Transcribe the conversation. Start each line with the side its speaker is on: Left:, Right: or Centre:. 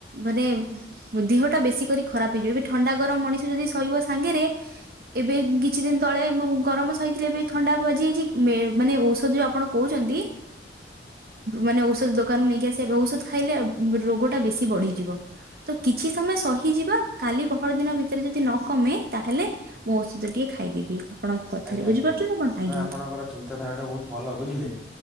Right: ମାନେ ଦେହଟା ବେଶୀ କରି ଖରାପ ହେଇଯିବ ଏବେ ଥଣ୍ଡା ଗରମ ମଣିଷ ଯଦି ସହିବ ସାଙ୍ଗରେ ଏବେ କିଛି ଦିନ ତଳେ ଗରମ ସହିଥିଲେ ଏବେ ଥଣ୍ଡା ବାଜିଯାଇଛି ମାନେ ଔଷଧ ଯୋଉ ଆପଣ କହୁଛନ୍ତି ମାନେ ଔଷଧ ଦୋକାନରୁ ନେଇକି ଆସିବା ଔଷଧ ଖାଇଲେ ରୋଗ ଟା ବେଶୀ ବଢିଯିବ ତ କିଛି ସମୟ ସହିଯିବା କାଲି ପହର ଦିନ ଭିତରେ ଯଦି ନ କମେ ତାହେଲେ ମୁଁ ଔଷଧ ଟିଏ ଖାଇଦେବି। ଆପଣଙ୍କ କଥାରେ
Centre: ଆଜ୍ଞା,
Right: ବୁଝିପାରୁଛନ୍ତି
Centre: ଆଜ୍ଞା
Right: ଆପଣ ଆଜ୍ଞା
Centre: ନା ଆପଣଙ୍କର ଚିନ୍ତାଧାରା ଟା ବହୁତ ଭଲ ବୁଝିଲେ,